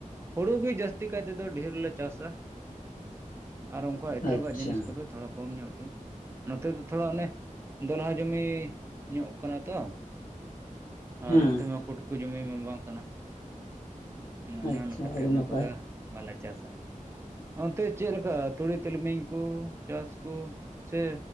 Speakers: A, on the right (about 20°); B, on the left (about 85°).
A: ᱦᱩᱲᱩ ᱜᱤ ᱡᱟᱹᱥᱛᱤ ᱠᱟᱭ ᱛᱮᱫᱚ ᱰᱷᱮᱨ ᱞᱮ ᱪᱟᱥᱟ, ᱟᱨ ᱩᱱᱠᱟ ᱮᱴᱟᱜᱟᱜ
B: ᱟᱪᱪᱷᱟ
A: ᱡᱤᱱᱤᱥ ᱠᱚᱫᱚ ᱛᱷᱚᱲᱟ ᱠᱚᱢ ᱧᱚᱜ ᱜᱮ, ᱱᱚᱛᱮ ᱫᱚ ᱛᱷᱚᱲᱟ ᱚᱱᱮ ᱫᱚᱞᱦᱟ ᱡᱚᱢᱤ ᱧᱚᱜ ᱠᱟᱱᱟ ᱛᱚ, ᱟᱨ
B: ᱦᱮᱸ
A: ᱱᱚᱛᱮ ᱢᱟ ᱠᱴᱠᱩ ᱡᱚᱢᱤ ᱢᱟ ᱵᱟᱝ ᱠᱟᱱᱟ, ᱚᱱᱟ
B: ᱟᱪᱪᱷᱟ
A: ᱞᱮᱠᱟᱛᱮ
B: ᱟᱹᱰᱤ
A: ᱚᱱᱟ
B: ᱱᱟᱯᱟᱭ
A: ᱠᱚᱫᱚ ᱵᱟᱞᱮ ᱪᱟᱥᱟ, ᱚᱱᱛᱮ ᱪᱮᱫ ᱞᱮᱠᱟ ᱛᱩᱲᱤ ᱛᱤᱞᱢᱤᱧ ᱠᱚ ᱪᱟᱥ ᱠᱚ ᱥᱮ